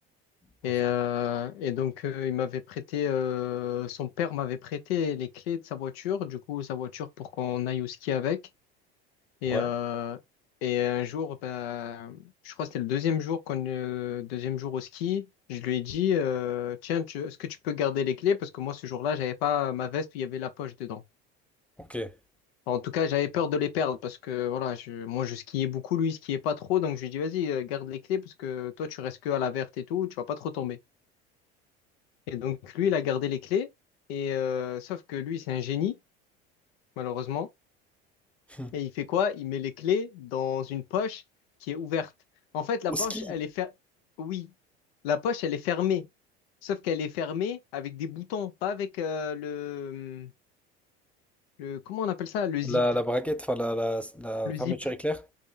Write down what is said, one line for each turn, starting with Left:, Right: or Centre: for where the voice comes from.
Centre: Ok.
Left: Et, euh, et donc, euh, il m'avait prêté, euh, son père m'avait prêté les clés de sa voiture, du coup, sa voiture pour qu'on aille au ski avec. Et,
Centre: Ouais.
Left: euh, et un jour, ben, je crois que c'était le deuxième jour qu'on, euh, deuxième jour au ski, je lui ai dit, euh, tiens, tu- est-ce que tu peux garder les clés? Parce que moi, ce jour-là, j'avais pas ma veste où il y avait la poche dedans.
Centre: Ok. <laughs>
Left: Enfin, En tout cas, j'avais peur de les perdre parce que voilà, je, moi, je skiais beaucoup, lui, il skiait pas trop. Donc, je lui ai dit, vas-y, euh, garde les clés parce que toi, tu restes que à la verte et tout, tu vas pas trop tomber. Et donc, lui, il a gardé les clés. Et euh, sauf que lui, c'est un génie, malheureusement.
Centre: Hmm.
Left: Et il fait quoi? Il met les clés dans une poche qui est ouverte. En fait, la
Centre: Au
Left: poche,
Centre: ski,
Left: elle est fer... Oui, la poche, elle est fermée. Sauf qu'elle est fermée avec des boutons, pas avec euh, le, le... Comment on appelle ça? Le zip.
Centre: la, la braguette, enfin, la, la, la
Left: Le
Centre: fermeture
Left: zip,
Centre: éclair?